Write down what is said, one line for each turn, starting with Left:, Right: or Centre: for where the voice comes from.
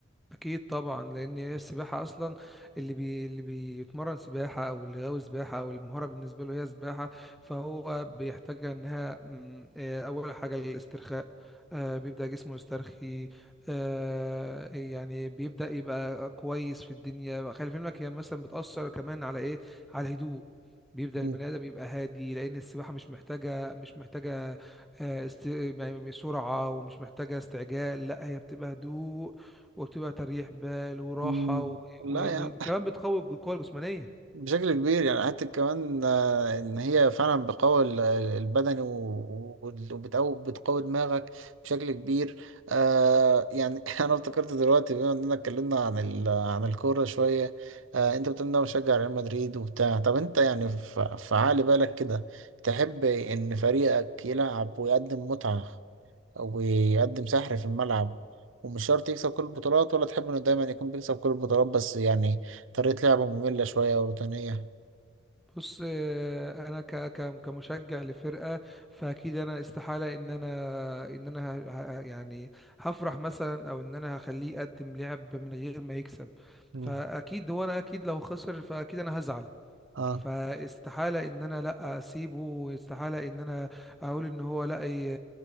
Centre: اكيد طبعا لان هي السباحه اصلا اللي بي اللي بيتمرن سباحه او اللي غاوي سباحه او المهاره بالنسبه له هي سباحه فهو بيحتاج انها مم، آه، اول حاجه الاسترخاء آه، بيبدا جسمه يسترخي آه، يعني بيبدا يبقى كويس في الدنيا خلي في علمك هي مثلا بتاثر كمان على ايه على الهدوء بيبدأ البني
Right: مم.
Centre: آدم يبقى هادي لأن السباحة مش محتاجة مش محتاجة آه، است... يعني سرعة ومش محتاجة استعجال لا هي بتبقى هدوء وبتبقى تريح بال وراحة
Right: مم،
Centre: و-
Right: لا
Centre: و-
Right: يعني
Centre: وكمان بتقوي القوة الجسمانية
Right: بشكل كبير يعني حتى كمان آه، ان هي فعلا بتقوي ال- ال- البدني و- و- وبتقوي بتقوي دماغك بشكل كبير آه يعني <laughs> انا افتكرت دلوقتي بما اننا اتكلمنا عن ال- عن الكوره شويه آه انت بتقول إن انا بشجع ريال مدريد وبتاع طب انت يعني ف- في عقل بالك كده تحب ان فريقك يلعب ويقدم متعه ويقدم سحر في الملعب ومش شرط يكسب كل البطولات ولا تحب انه دايما يكون بيكسب كل البطولات بس يعني طريقة لعبه مملة شوية او روتينية
Centre: بص آه، انا ك ك- كمشجع لفرقه فاكيد انا استحاله ان انا ان انا ه- ه- يعني هفرح مثلا او ان انا هخليه يقدم لعب من غير ما يكسب
Right: مم.
Centre: فاكيد هو انا اكيد لو خسر فاكيد انا هزعل
Right: اه
Centre: فاستحالة ان انا لا اسيبه واستحالة ان انا اقول ان هو لا ي...